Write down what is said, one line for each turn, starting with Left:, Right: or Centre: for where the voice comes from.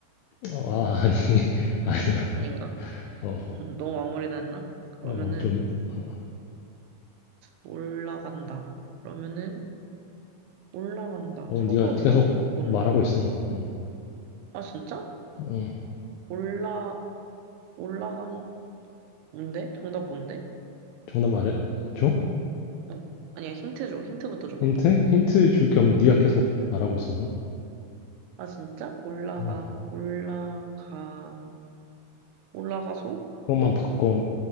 Left: 어, 아, 아니. <laughs> 아니야.
Right: 아닌가?
Left: 어.
Right: 음, 너무 아무리 했나 그러면은,
Left: 어, 좀 어,
Right: 올라간다. 그러면은, 올라간다.
Left: 어,
Right: 소가
Left: 네가
Right: 올라간다.
Left: 계속
Right: 뭔데?
Left: 말하고 있어. 어.
Right: 아, 진짜?
Left: 어.
Right: 올라, 올라간, 뭔데? 정답 뭔데?
Left: 정답 말해 줘?
Right: 어. 아니야, 힌트 줘. 힌트부터 줘봐.
Left: 힌트? 힌트 줄 겸 네가 계속 말하고 있어서.
Right: 아, 진짜? 올라가,
Left: 응.
Right: 올라가, 올라가소?
Left: 그것만 바꿔